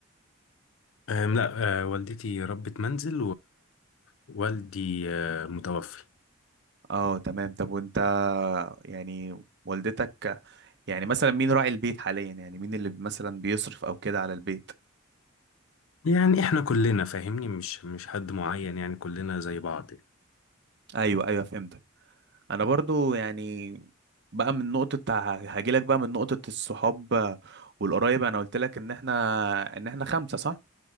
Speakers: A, on the left; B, on the right.
A: آه لا آه والدتي ربة منزل ووالدي آه متوفي
B: اه تمام طب وانت يعني والدتك يعني مثلا مين راعي البيت حاليا يعني مين اللي مثلا بيصرف او كده على البيت
A: يعني احنا كلنا فاهمني مش مش حد معين يعني كلنا زي بعض يعني.
B: ايوه ايوه فهمتك انا برضو يعني بقى من نقطة هاجيلك بقى من نقطة الصحاب والقرايب انا قلت لك ان احنا ان احنا خمسة صح